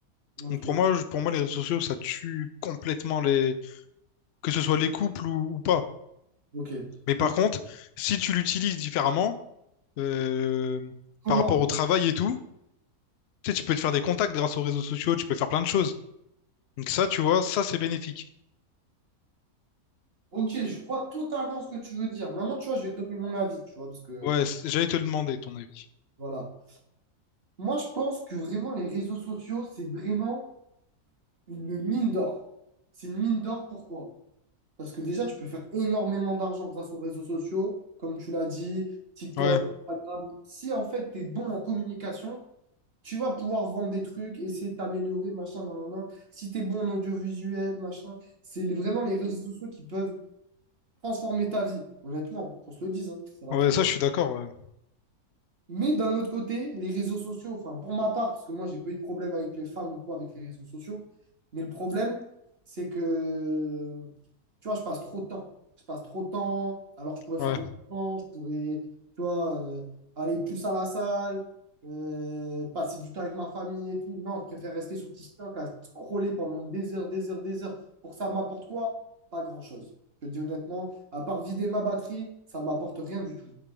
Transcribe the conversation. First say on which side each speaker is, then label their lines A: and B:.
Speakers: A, on the right; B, on the left.
A: Ok.
B: Donc pour moi, je- pour moi, les réseaux sociaux, ça tue complètement les... que ce soit les couples ou, ou pas.
A: Ok.
B: Mais par
A: Donc,
B: contre, si tu l'utilises différemment, euh,
A: comment?
B: par rapport au travail et tout, tu sais, tu peux te faire des contacts grâce aux réseaux sociaux, tu peux faire plein de choses. Donc ça, tu vois, ça, c'est bénéfique.
A: Ok, je vois totalement ce que tu veux dire. Maintenant, tu vois, je vais te donner mon avis, tu vois, parce que,
B: Ouais, c- j'allais te le demander ton avis.
A: voilà. Moi, je pense que vraiment, les réseaux sociaux, c'est vraiment une mine d'or. C'est une mine d'or, pourquoi? Parce que déjà, tu peux faire énormément d'argent grâce aux réseaux sociaux, comme tu l'as dit, TikTok,
B: Ouais,
A: Instagram. Si en fait, tu es bon en communication, tu vas pouvoir vendre des trucs, essayer de t'améliorer, machin, nan, nan, nan. Si tu es bon en audiovisuel, machin, c'est les- vraiment les réseaux sociaux qui peuvent transformer ta vie. Honnêtement, qu'on se le dise, hein, ça va
B: ouais, ça je suis d'accord. Ouais,
A: Mais d'un autre côté, les réseaux sociaux, enfin pour ma part, parce que moi j'ai pas eu de problème avec les femmes ou quoi avec les réseaux sociaux, mais le problème, c'est que, tu vois, je passe trop de temps. Je passe trop de temps, alors que je pourrais faire
B: ouais,
A: de l'argent, je pourrais, tu vois, euh, aller plus à la salle, euh, passer du temps avec ma famille et tout. Non, je préfère rester sur TikTok à scroller pendant des heures, des heures, des heures. Pour ça, ça m'apporte quoi? Pas grand-chose. Je te dis honnêtement, à part vider ma batterie, ça m'apporte rien du tout.